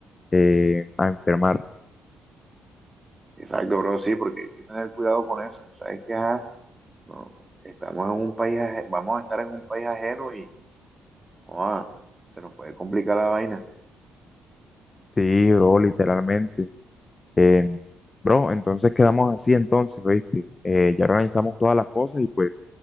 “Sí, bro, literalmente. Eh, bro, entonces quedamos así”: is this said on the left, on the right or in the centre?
Left